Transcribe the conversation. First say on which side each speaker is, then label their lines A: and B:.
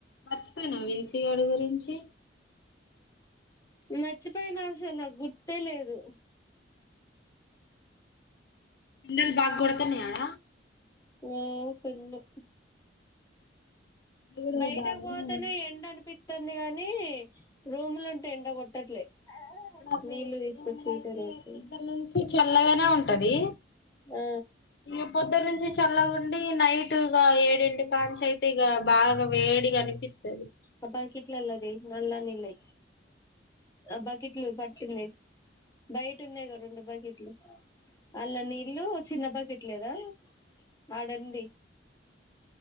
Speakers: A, on the left; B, on the left.
A: మర్చిపోయినా విన్సీ గాడి గురించి
B: మర్చిపోయిన అసలు గుర్తే లేదు
A: ఎండలు బాగ కొడ వస్తన్నాయా ఆడ
B: ఏ ఫ్రెండు
A: ఎండలు
B: బయటకు
A: బాగానే
B: పోతేనే
A: ఉన్నాయి
B: ఎండ అనిపితది ఉందిగాని రూమ్లో ఉంటే ఎండ కొట్టట్లే
A: నాకు
B: నీళ్లు తీసుకొచ్చి
A: ఇజల
B: హీటర్
A: అయితే
B: పెట్టు
A: ఇద్దరి నుంచి చల్లగానే ఉంటది
B: ఆ
A: ఇక పొద్దు నుంచి చల్లగుండి నైట్ ఇగ ఏడింటి కాంచి అయితే ఇగ బాగా వేడిగా అనిపిస్తది
B: ఆ బకెట్లు అల్లది నల్ల నీళ్ళయి ఆ బకెట్లు పట్టింది బయట ఉన్నాయిగా రెండు బకెట్లు అళ్ళ నీళ్ళ చిన్న బకెట్లేదా ఆడుంది